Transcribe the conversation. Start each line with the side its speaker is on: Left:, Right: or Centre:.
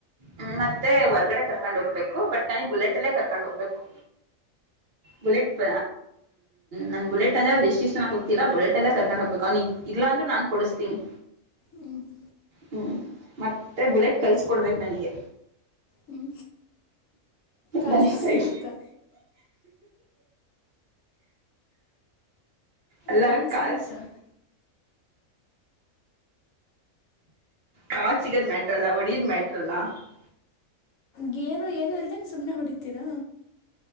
Right: ಹ್ಮ ಮತ್ತೆ ಹೊರ್ಗಡೆ ಕರ್ಕೊಂಡ್ ಹೋಗ್ಬೇಕು ಬಟ್ ನನಗ್ ಬುಲೆಟ್ಲ್ಲೇ ಕರ್ಕೊಂಡ್ ಹೋಗ್ಬೇಕು ಬುಲೆಟ್್ ನನ್ ಬುಲೆಟ್ ಅಂದ್ರೆ ಅದು ಎಷ್ಟ ಚೆಾಗ ಗೊತ್ತಿಲ್ಲ ಬುಲೆಟ್ ಎಲ್ಲ ಕರ್ಕೊಂಡ್ ಹೋಗ್ಬೇಕು ಅವ್ ಇಲ್ಲ ನಾನ್ ಕೊಡಿಸ್ತೀನಿ
Left: ಹ್ಮ್ <unintelligible>
Right: ಹ್ಞೂ ಮತ್ತು ಬುಲೆಟ್ ಕಲಿಸಕೊಡ್ಬೇಕು ನನಗೆ
Left: ಹ್ಞೂ ಕಾಲು
Right: ಮನೆ ಸರಿ
Left: ಸಿಗುತ್ತಾ
Right: ಅಲ್ಲ
Left: ಕಾಲು
Right: ಕಸ್
Left: ಸಿಗುತ್ತಾ
Right: ಕಚಗದ ಮ್ಯಾಟ್ರಲ್ಲ ಒಡಿಯದ್ ಮ್ಯಾಟ್ರಲ್ಲ <unintelligible>
Left: ಗೇರು ಏನು ಇಲ್ದಂ ಸುಮ್ನೆ ಹೊಡಿತೀರಾ